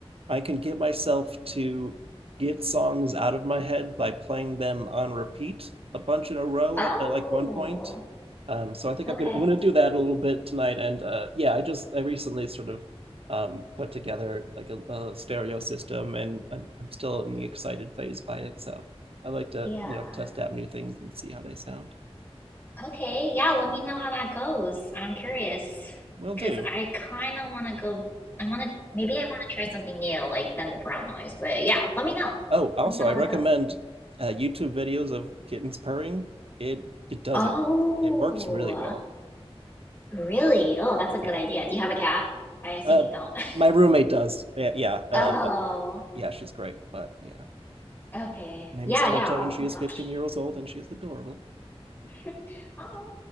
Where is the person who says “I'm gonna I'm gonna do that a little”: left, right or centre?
Right